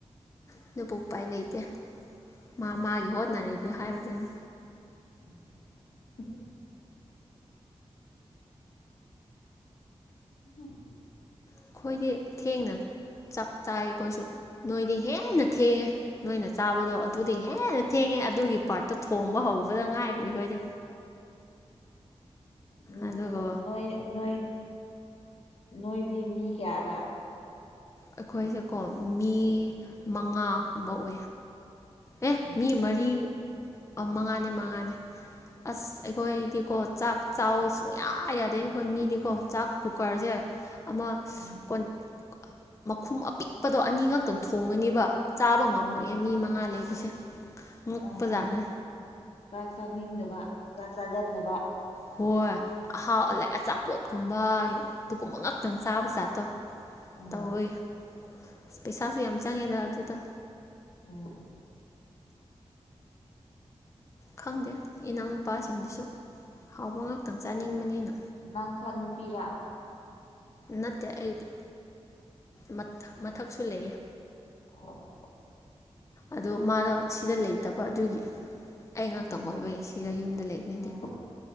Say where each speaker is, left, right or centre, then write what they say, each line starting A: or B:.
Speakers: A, on the left (about 30°); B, on the left (about 70°).
A: ꯑꯗꯨꯕꯨ ꯎꯄꯥꯏ ꯂꯩꯇꯦ ꯃꯥ ꯃꯥꯒꯤ ꯍꯣꯠꯅꯔꯤ ꯑꯗꯨ ꯍꯥꯏꯕꯗꯨꯅꯤ
B: ꯎꯝ ꯍꯝ
A: ꯑꯩꯈꯣꯏꯗꯤ ꯊꯦꯡꯅ ꯆꯥꯛ ꯆꯥꯏ ꯑꯩꯈꯣꯏꯁꯨ ꯅꯣꯏꯗꯤ ꯍꯦꯟꯅ ꯊꯦꯡꯉꯦ ꯅꯣꯏꯅ ꯆꯥꯕꯗꯣ ꯑꯗꯨꯗꯤ ꯍꯦꯟꯅ ꯊꯦꯡꯉꯦ ꯑꯗꯨꯒꯤ ꯄꯥꯔꯠꯇꯣ ꯊꯣꯡꯕ ꯍꯧꯕꯗ ꯉꯥꯏꯔꯦ ꯑꯩꯈꯣꯏꯗꯤ
B: ꯎꯝ
A: ꯑꯗꯨꯒ
B: ꯅꯣꯏ ꯅꯣꯏ ꯅꯣꯏꯗꯤ ꯃꯤ ꯀꯌꯥꯔꯥ
A: ꯑꯩꯈꯣꯏꯁꯦꯀꯣ ꯃꯤ ꯃꯉꯥꯒꯨꯝꯕ ꯎ ꯑꯦ
B: ꯎꯝ
A: ꯃꯤ ꯃꯔꯤ ꯃꯉꯥꯅꯦ ꯃꯉꯥꯅꯦ ꯑꯁ ꯑꯩꯈꯣꯏꯗꯤꯀꯣ ꯆꯥꯛ ꯆ ꯁꯨꯡꯌꯥ ꯌꯥꯗꯦ ꯑꯩꯈꯣꯏ ꯃꯤꯗꯤꯀꯣ ꯆꯥꯛ ꯀꯨꯀꯔꯁꯦ ꯑꯃ
B: ꯎꯝ
A: ꯀꯣꯟ ꯃꯈꯨꯝ ꯑꯄꯤꯛꯄꯗꯣ ꯑꯅꯤꯈꯛꯇꯪ ꯊꯣꯡꯉꯅꯦꯕ ꯆꯥꯕ ꯉꯝꯃꯣꯏꯌꯦ
B: ꯎꯝ
A: ꯃꯤ ꯃꯉꯥ ꯂꯩꯕꯁꯦ ꯉꯛꯄꯖꯥꯠꯅꯦ
B: ꯎꯝ ꯆꯥꯛ ꯆꯥꯅꯤꯡꯗꯕ ꯆꯥꯛ ꯆꯥꯒꯟꯗꯕ
A: ꯍꯣꯏ ꯑꯍꯥꯎ ꯑ ꯂꯥꯏꯛ ꯑꯆꯥꯄꯣꯠꯀꯨꯝꯕꯩ ꯑꯗꯨꯒꯨꯝꯕ ꯉꯛ ꯈꯤꯇꯪ ꯆꯥꯕ ꯖꯥꯠꯇꯣ
B: ꯎꯝ
A: ꯇꯧꯋꯤ ꯑ ꯄꯩꯁꯥꯁꯨ ꯌꯥꯝ ꯆꯪꯉꯦꯗ ꯑꯗꯨꯗ
B: ꯎꯝ
A: ꯈꯪꯗꯦ ꯏꯅꯥꯎꯅꯨꯄꯥꯁꯤꯡꯗꯨꯁꯨ ꯍꯥꯎꯕ ꯈꯤꯇꯪ ꯆꯥꯅꯤꯡꯕꯅꯤꯅ
B: ꯅꯪꯈꯛ ꯅꯨꯄꯤꯔꯥ
A: ꯅꯠꯇꯦ ꯑꯩꯗꯤ ꯃꯊ ꯃꯊꯛꯁꯨ ꯂꯩꯌꯦ
B: ꯑꯣ
A: ꯑꯗꯨ ꯃꯥꯗꯣ ꯁꯤꯗ ꯂꯩꯇꯕ ꯑꯗꯨꯒꯤ ꯑꯩ ꯉꯥꯛꯇꯪ
B: ꯎꯝ
A: ꯑꯣꯏꯕꯒꯤ ꯁꯤꯗ ꯌꯨꯝꯗ ꯂꯩꯕꯗꯤ
B: ꯑꯣ